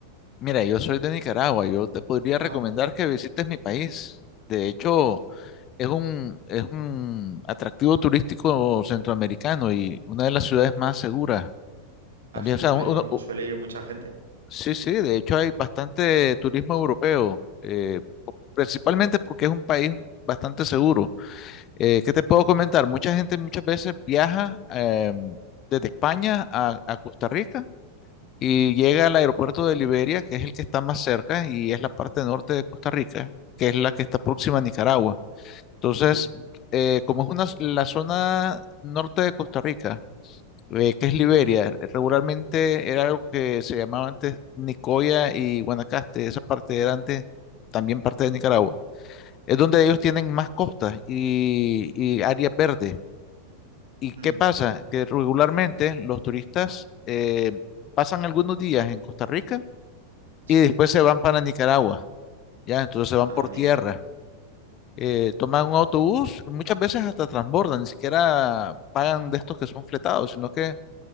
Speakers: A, on the left; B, on the right.
A: Mira, yo soy de Nicaragua. Yo te podría recomendar
B: Ah,
A: que visites mi país. De hecho, es un, es un atractivo turístico centroamericano y una de las ciudades más seguras.
B: así
A: También, o sea,
B: suele
A: un-
B: ir,
A: uno-
B: mu-
A: u-
B: suele ir mucha gente.
A: sí, sí, de hecho hay bastante turismo europeo, eh, principalmente porque es un país bastante seguro. Eh, ¿qué te puedo comentar? Mucha gente muchas veces viaja em, desde España a a Costa Rica y
B: Mm,
A: llega al aeropuerto de Liberia, que es el que está más cerca y es la parte norte de Costa Rica, que es la que está próxima a Nicaragua. Entonces,
B: mm,
A: eh, como es una, s- la zona norte de Costa Rica, eh, que es Liberia, regularmente era algo que se llamaba antes Nicoya y Guanacaste, esa parte era antes también parte de Nicaragua. Es donde ellos tienen más costas y, y áreas verdes. ¿Y
B: mm.
A: qué pasa? Que regularmente los turistas eh, pasan algunos días en Costa Rica
B: Sí.
A: y después se van para Nicaragua, ¿ya? Entonces se van
B: Ah,
A: por
B: amigo,
A: tierra, eh, toman un autobús, muchas veces hasta transbordan, ni siquiera pagan de estos que son fletados, sino que